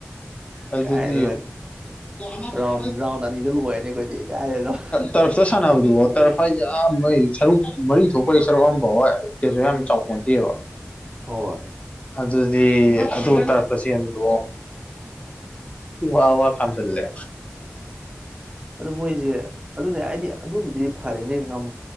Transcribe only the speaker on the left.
ꯑꯗꯨꯗꯤ
ꯑꯣ <unintelligible>
ꯇꯔꯐꯇ ꯁꯅꯗꯨ ꯇꯔꯐ ꯍꯥꯏꯖꯤ ꯑꯥ ꯃꯣꯏ ꯁꯔꯨꯛ ꯃꯔꯤ ꯊꯣꯛꯄꯒꯤ ꯁꯔꯨꯛ ꯑꯃ ꯐꯥꯎꯕ ꯀꯩꯁꯨ ꯌꯥꯝ ꯆꯥꯎꯄꯣꯟꯇꯦꯕ
ꯑꯗꯨꯗꯤ ꯑꯗꯨ ꯇꯥꯔꯛꯄ ꯆꯕꯗꯣ ꯋꯥ ꯋꯥ ꯈꯥꯝꯖꯠꯂꯦ